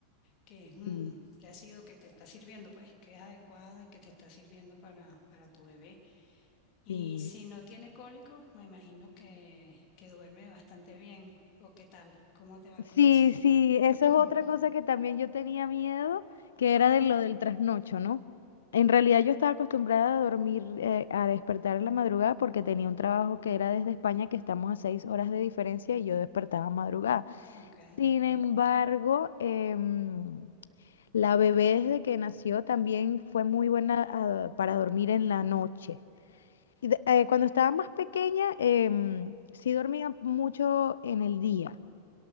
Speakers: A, on the left; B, on the left.
A: que, mm,
B: sí,
A: que ha sido, que te está sirviendo, pues, que es adecuada y que te está sirviendo para, para tu bebé. Y
B: sí.
A: si no tiene cólicos, me imagino que, que duerme bastante bien. ¿O qué tal? ¿Cómo te va con
B: Sí,
A: eso?
B: sí, eso
A: <laughs>
B: es otra cosa que también yo tenía miedo, que era de lo del trasnocho, ¿no? En realidad yo estaba acostumbrada a dormir, eh, a despertar en la madrugada porque tenía un trabajo que era desde España, que estamos a seis horas de diferencia y yo despertaba madrugada.
A: Ok,
B: Sin embargo, em, la bebé desde que nació también fue muy buena ah, para dormir en la noche. Y de- eh, cuando estaba más pequeña, em, sí dormía mucho en el día